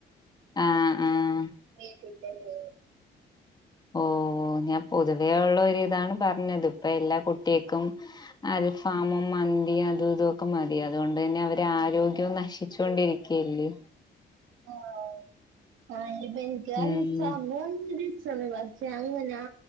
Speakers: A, on the left; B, on the right.
A: ആഹ് ആഹാ
B: വീട്ടീത്തന്നെണ് <unintelligible>
A: ഓ ഞാൻ പൊതുവേഒള്ള ഒരിതാണ് പറഞ്ഞത് പ്പൊ എല്ലാ കുട്യേക്കും അൽഫാമും മന്തി അതൂതൊക്കെമതി അതൊണ്ട്ന്നെ അവരെ ആരോഗ്യോം നശി ച്ചൊണ്ടിരിക്കല്ലേ?
B: ആഹ് ആബക്ക്
A: ഉം
B: സമൂ <unintelligible> അ ഇമ വച്ച അങ്ങനാ